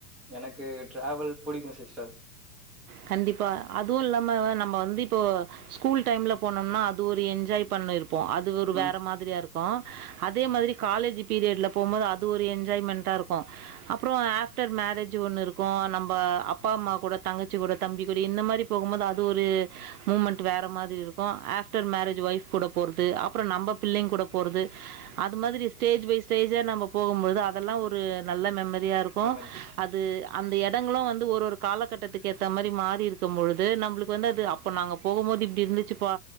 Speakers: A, in the centre; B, on the right (about 70°).
A: எனக்கு டிராவல் புடிக்கு சிஸ்டர்
B: கண்டிப்பா அதுவு இல்லாம நம்ம வந்து இப்போ ஸ்கூல் டைம்ல போனோம்னா அது ஒரு என்ஜாய் பண்ணி இருப்போ அது ஒரு வேற
A: ம்.
B: மாதிரியா இருக்கு பா அதே மாதிரி காலேஜ் பீரியட்ல போம்போது அது ஒரு என்ஜாய்மெண்ட்டா இருக்கும் அப்றோ ஆப்டர் மேரேஜ் ஒண்ணு இருக்கு நம்ப அப்பா அம்மா கூட தங்கச்சிகூட தம்பிகூட இந்த மாரி போகும்போது அது ஒரு மூமெண்ட் வேற மாரி இருக்கு ஆப்டர் மேரேஜ் ஒய்ஃப் கூட போறது அப்றோ நம்ம பிள்ளைங் கூட போறது அது மாதரி ஸ்டேஜ் பை ஸ்டேஜா நம்ம போகும்போது அதெல்லா ஒரு நல்ல மெம்மர் ரியா இருக்கு
A: மாரி
B: அது அந்த எடங்களு வந்து ஒரு ஒரு கால கட்டத்துக்கு ஏத்த மாரி மாறி இருக்கும் பொழுது நம்முளுக்கு வந்து அது அப்போ நாங்க போகும் போது இப்பிடி இருந்துச்சுப்பா